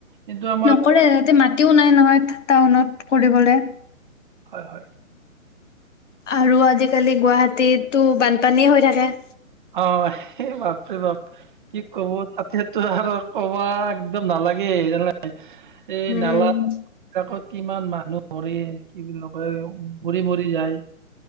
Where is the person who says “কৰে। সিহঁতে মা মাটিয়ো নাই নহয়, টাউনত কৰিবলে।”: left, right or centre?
Left